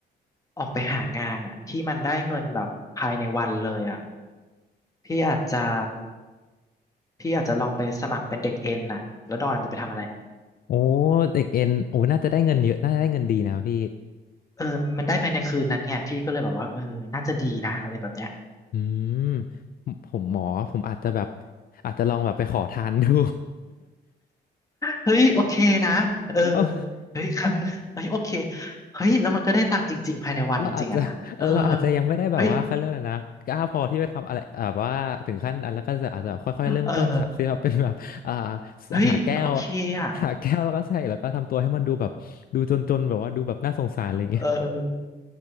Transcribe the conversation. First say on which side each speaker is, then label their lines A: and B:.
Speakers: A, on the left; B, on the left.
A: ออกไปหางานอ่ะที่มันได้เงินแบบภายในวันเลยอ่ะพี่อาจจะพี่อาจจะลองไปสมัครเป็นเด็กเอ็นอ่ะแล้วดอนจะไปทำอะไร
B: โอ้เด็กเอ็นโอ้น่าจะได้เงินเยอะน่าจะได้เงินดีนะครับพี่
A: เออมันได้ภายในคืนนั้นไง พี่ก็เลยแบบว่าเออน่าจะดีนะอะไรแบบเนี้ย
B: อืมผมผมหมอ ผมอาจจะแบบอาจจะลองแบบไปขอทานดู <laughs>
A: เฮ้ยโอเคนะเออ
B: เอา
A: เฮ้ยครั้งเฮ้ยโอเคเฮ้ยแล้วมันก็ได้ตังค์จริงๆภายในวันจริงๆอะนะเออ
B: เราอาจจะ <laughs> เออเราอาจจะยังไม่ได้แบบว่าเขาเรื่องนะนะกล้าพอที่ไปทำอะไรแบบว่าถึงขั้นอันแล้วก็จะอาจจะแบบค่อยๆเริ่มต้นจากที่แบบเป็นแบบ
A: เฮ้ยเออ
B: <laughs> อ่า
A: เฮ้ยโอเคอะ
B: หาแก้ว <laughs> หาแก้วแล้วก็ใส่แล้วก็ทำตัวให้มันดูแบบดูจนๆแบบว่าดูแบบน่าสงสารอะไรเงี้ย
A: เออ